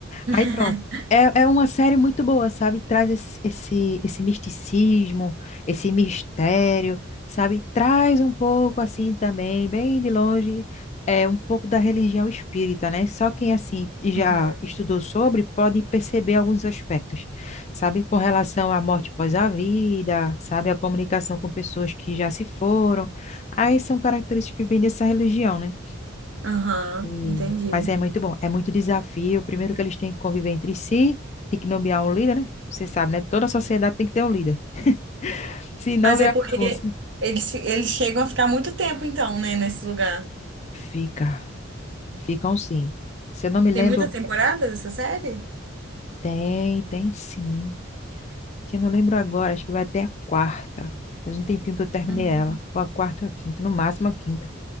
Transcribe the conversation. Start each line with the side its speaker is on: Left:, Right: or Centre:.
Right: <laughs>
Left: Aí pronto. É, é uma série muito boa, sabe? Traz esse, esse, esse misticismo, esse mistério, sabe? Traz um pouco assim também, bem de longe, é um pouco da religião espírita, né? Só quem assim já
Right: Uhum.
Left: estudou sobre pode perceber alguns aspectos, sabe? Com relação à morte após a vida, sabe? A comunicação com pessoas que já se foram. Aí são características bem dessa religião, né?
Right: Aham,
Left: E-
Right: entendi.
Left: Mas é muito bom, é muito desafio. Primeiro que eles têm que conviver entre si, tem que nomear um líder, né? Você sabe, né? Toda sociedade tem que ter um líder. <laughs> Se não,
Right: Mas
Left: vira
Right: é porque
Left: bagunça.
Right: eles, eles chegam a ficar muito tempo, então, né, nesse lugar.
Left: Fica, ficam sim. Se eu não me lembro,
Right: Tem muitas temporadas essa série?
Left: tem, tem sim. Que eu não lembro agora, acho que vai até a quarta. Faz um tempinho que eu terminei
Right: Hum.
Left: ela. Ou a quarta ou a quinta, no máximo a quinta.